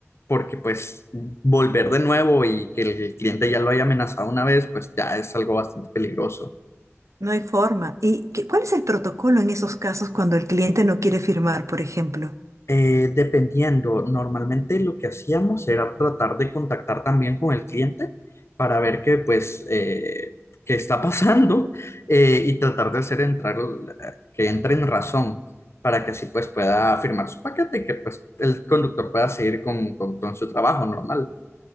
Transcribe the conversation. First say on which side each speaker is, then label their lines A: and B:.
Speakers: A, on the left (about 60°); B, on the right (about 75°).
A: porque pues volver de nuevo y que el cliente ya lo haya amenazado una vez, pues ya es algo bastante peligroso.
B: No hay forma. ¿Y qué- cuál es el protocolo en esos casos cuando el cliente no quiere firmar, por ejemplo?
A: Eh, dependiendo, normalmente lo que hacíamos era tratar de contactar también con el cliente para ver qué, pues, eh, qué está <laughs> pasando eh, y tratar de hacer entrar, eh, que entre en razón para que así pues pueda firmar su paquete y que pues el conductor pueda seguir con, con con su trabajo normal.